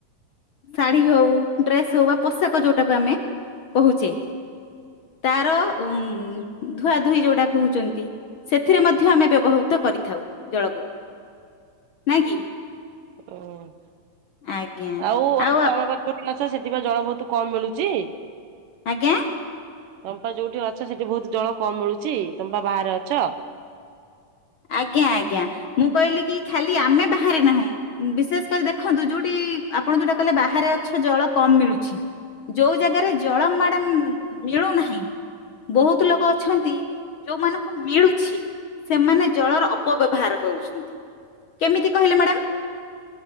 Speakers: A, on the left; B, on the right.
A: ଶାଢ଼ୀ ହଉ। ଡ୍ରେସ୍ ହଉ ବା ପୋଷାକ ଯୋଉଟାକୁ ଆମେ କହୁଛେ। ତାର ଉ ଧୁଆ ଧୁହି ଯୋଉଟା କହୁଛନ୍ତି। ଏଥିରେ ମଧ୍ୟ ଆମେ ବ୍ୟବହୃତ କରିଥାଉ ଜଳକୁ ନାଇଁ କି।
B: ଓ ଆଉ <unintelligible>
A: ଆଜ୍ଞା ଆଉ
B: ମାଛ ସେଥିପାଇଁ ଜଳ ବହୁତ୍ କମ୍ ମିଳୁଛି।
A: ଆଜ୍ଞା।
B: ତମେ ଯୋଉଠି ଅଛ ସେଠି ବହୁତ୍ ଜଳ କମ୍ ମିଳୁଛି ତମେ ପା ବାହାରେ ଅଛ।
A: ଆଜ୍ଞା ଆଜ୍ଞା ମୁଁ କହିଲି କି ଖାଲି ଆମେ ବାହାରେ ନାହୁଁ ବିଶେଷ କରି‌ ଦେ ଦେଖନ୍ତୁ ଯୋଉଠି ଆପଣ ଯୋଉଟା କହିଲେ ବାହାରେ ଗଛ ଜଳ କମ୍ ମିଳୁଛି ଯୋଉ ଜାଗାରେ ଜଳ ମ୍ୟାଡ଼ାମ୍ ମିଳୁନାହିଁ ବହୁତ୍ ଲୋକ ଅଛନ୍ତି ଯୋଉମାନଙ୍କୁ ମିଳୁଛି ସେମାନେ ଜଳର ଅ ଅପବ୍ୟବହାର କରୁଛନ୍ତି କେମିତି କହିଲେ ମ୍ୟାଡ଼ାମ୍?